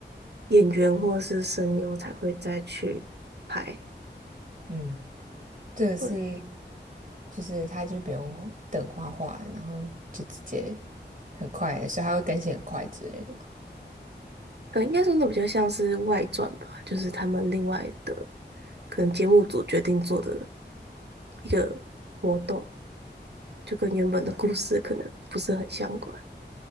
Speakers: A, on the right; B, on the right.
A: 演员或者是声优才会再去拍。
B: 嗯。这个是
A: 对，
B: 就是他就不用等画画，然后就直接很快，所以他会更新很快之类的嘛。
A: 呃，应该说那比较像是外传吧，就是他们另外的可能节目组决定做的一个活动，就跟原本的故事可能不是很相关。